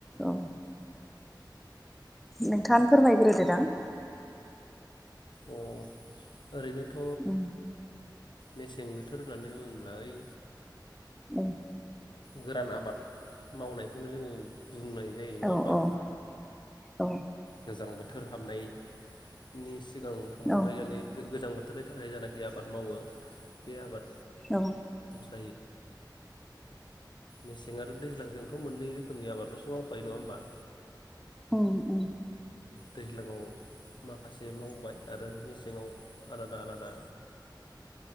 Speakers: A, in the centre; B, on the left.
A: औ। नोंथाङानो फोरमायग्रोदो दां।
B: अह! ओरैनोथ'
A: उम
B: मेसें बोथोर होननानै बुंब्ला ओइ
A: उम
B: गोरान आबाद मावनायखौनो जोङो बुंनाय जायो नङा
A: औ
B: होमबा?
A: औ औ
B: गोजां बोथोर बोथोर हाबनायनि सिगां समावहायजानि
A: औ
B: गोजां बोथोर बोथोरनि थाखाय जायनाखि आबाद मावो बे आबाद
A: औ
B: <unintelligible> मेसें आरो दैज्लांजोंथ' मोननै रोखोमनि आबादल'सो मावखायो नङा होमबा
A: औ औ।
B: दैज्लांङाव माखासे मावबाय आरो मेसेङाव आलादा आलादा